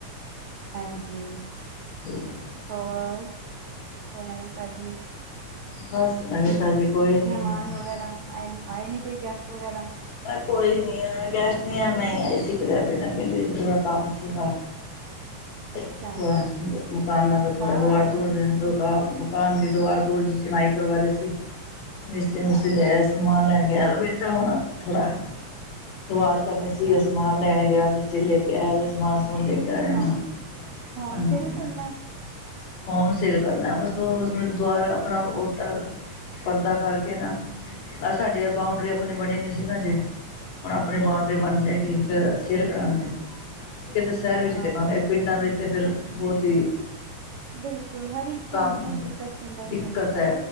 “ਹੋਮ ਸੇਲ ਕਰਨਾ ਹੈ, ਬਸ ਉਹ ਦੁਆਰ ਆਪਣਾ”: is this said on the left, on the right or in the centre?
Left